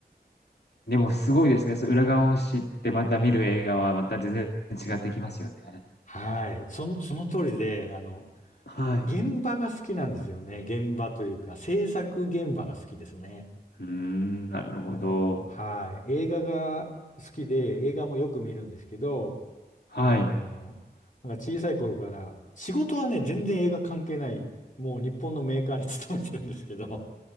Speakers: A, on the left (about 80°); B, on the left (about 50°).
A: でもすごいですね。そう、裏側を知ってまた見る映画はまた全然違ってきますよね。
B: はい。そ、その通りで、あの、
A: はい。
B: 現場が好きなんですよね。
A: う
B: 現場というか、制作現場が好きですね。
A: ーん、なるほど。
B: あの、はい。映画が好きで、映画もよく見るんですけど、
A: はい。
B: あの、なんか小さい頃から、仕事はね、全然映画関係ない、もう日本のメーカーに勤めてるんですけど、